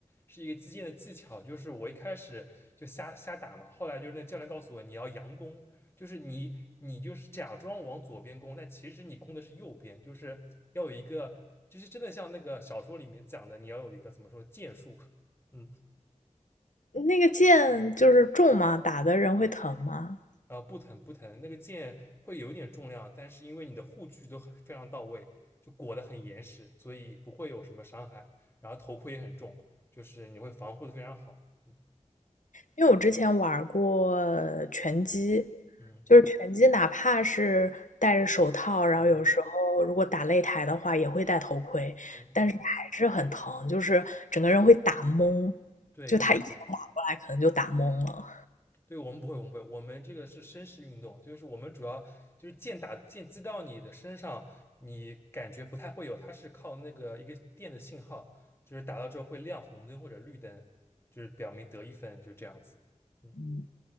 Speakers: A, on the left; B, on the left.
A: 是一个击剑的技巧，就是我一开始就瞎瞎打嘛，后来就是那教练告诉我你要佯攻，就是你你就是假装往左边攻，但其实你攻的是右边，就是要有一个，就是真的像那个小说里面讲的，你要有一个怎么说剑术，<laughs> 嗯。
B: 那个剑就是重吗？打的人会疼吗？
A: 呃，不疼不疼，那个剑会有一点重量，但是因为你的护具都很非常到位，就裹得很严实，所以不会有什么伤害。然后头盔也很重，就是你会防护的非常好。嗯
B: 因为我之前玩过拳击，
A: 嗯
B: 就是拳击，哪怕是戴着手套，然后有时候如果打擂台的话，
A: 嗯
B: 也会戴头盔，
A: 嗯嗯，
B: 但是还是很疼，就是整个人会打懵，
A: 对对
B: 就他一拳打过来，可能就打懵了。
A: 对，我们不会，我们不会，我们这个是绅士运动，就是我们主要就是剑打剑击到你的身上，你感觉不太会有，它是靠那个一个电的信号，就是打到之后会亮红灯或者绿灯，就是表明得一分，就这样子。嗯。
B: 嗯，